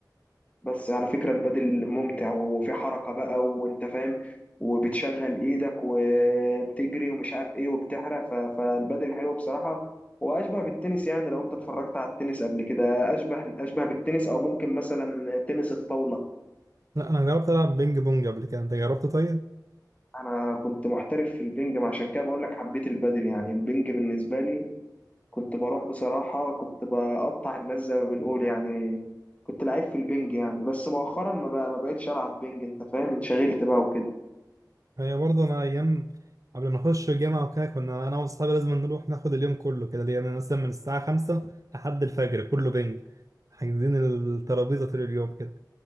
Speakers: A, on the left; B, on the right.
A: بس على فكرة البادل ممتع وفي حركة بقى وانت فاهم وبتشغل ايدك وبتجري ومش عارف ايه وبتحرق ف- فالبادل حلو بصراحة واشبه بالتنس يعني لو انت اتفرجت على التنس قبل كده اشبه اشبه بالتنس او ممكن مثلا تنس الطاولة
B: لا أنا جربت ألعب بينج بونج قبل كده أنت جربت طيب؟
A: انا كنت محترف في البنج ما عشان كده بقول لك حبيت البادل يعني البنج بالنسبة لي كنت بروح بصراحة كنت بقطع الناس زي ما بنقول يعني كنت لعيب في البنج يعني بس مؤخرا ما بقى- ما بقتش العب بنج انت فاهم انشغلت بقى وكده
B: هي برضه أنا أيام قبل ما نخش الجامعة وكده كنا أنا وأصحابي لازم نروح ناخد اليوم كله كده يعني مثلا من الساعة خمسة لحد الفجر كله بينج حاجزين الترابيزة طول اليوم كده